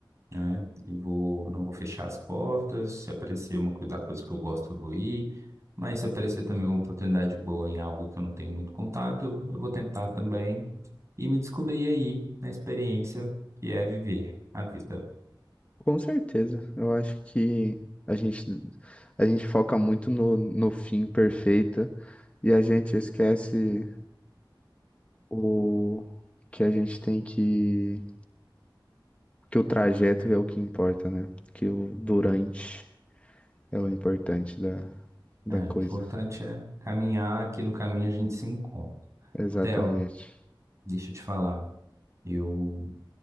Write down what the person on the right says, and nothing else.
né? E vou, não vou fechar as portas. Se aparecer uma coisa da coisa que eu gosto, eu vou ir. Mas se aparecer também uma oportunidade boa em algo que eu não tenho muito contato, eu vou tentar também e me descobrir aí na experiência que é viver a vida.
É,
o importante é caminhar, que no caminho a gente se encontra.
Theo, deixa eu te falar. Eu